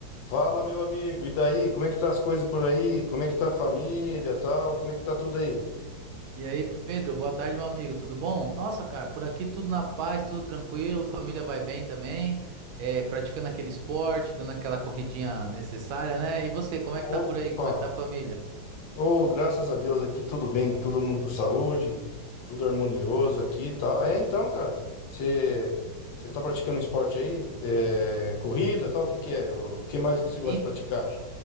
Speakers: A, on the left; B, on the right.
A: Fala, meu amigo. E daí? Como é que tá as coisas por aí? Como é que tá a família, tal? Como é que tá tudo aí?
B: E aí, Pedro, boa tarde, meu amigo, tudo bom? Nossa, cara, por aqui tudo na paz, tudo tranquilo, família vai bem também, é, praticando aquele esporte, dando aquela corridinha necessária, né? E você, como é que tá
A: Opa!
B: por aí? Como é que tá a família?
A: Oh, graças a Deus aqui tudo bem, todo mundo com saúde, tudo harmonioso aqui, e tal. É, então, cara, você você tá praticando esporte aí? É, corrida, tal? O que que é? O que mais você
B: E-
A: gosta de praticar?